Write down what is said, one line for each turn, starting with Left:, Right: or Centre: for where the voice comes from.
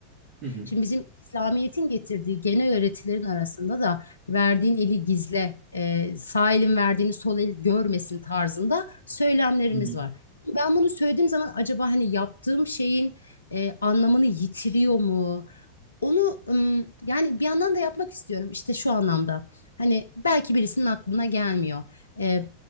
Right: Hı hı.
Left: Şimdi bizim İslamiyet'in getirdiği genel öğretilerin arasında da verdiğin eli gizle, e, sağ elin verdiğini sol el görmesin tarzında söylemlerimiz
Right: Hı hı.
Left: var. Ben bunu söylediğim zaman acaba hani yaptığım şeyin e, anlamını yitiriyor mu? Onu ım, yani bir yandan da yapmak istiyorum işte şu anlamda. Hani belki birisinin aklına gelmiyor. Ee,